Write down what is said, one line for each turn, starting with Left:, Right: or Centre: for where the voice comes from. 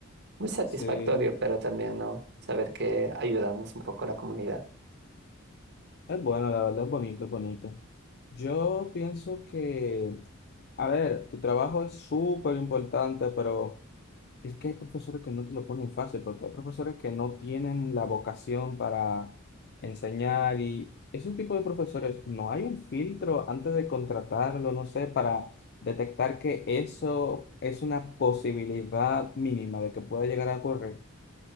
Right: Muy satisfactorio,
Left: Sí,
Right: pero también, ¿no? Saber que ayudamos un poco a la comunidad.
Left: es bueno, la verdad es bonito, es bonito. Yo pienso que, a ver, tu trabajo es súper importante, pero... Es que hay profesores que no te lo ponen fácil, porque hay profesores que no tienen la vocación para enseñar y ese tipo de profesores, no hay un filtro antes de contratarlo, no sé, para detectar que eso es una posibilidad mínima de que pueda llegar a ocurrir.